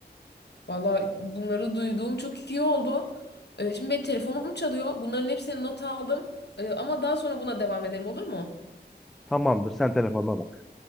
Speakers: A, on the left; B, in the centre.
A: Valla bunları duyduğum çok iyi oldu. Ee, şimdi benim telefonum çalıyor. Bunların hepsini not aldım. Ee, ama daha sonra buna devam edelim olur mu?
B: Tamamdır. Sen telefonuna bak.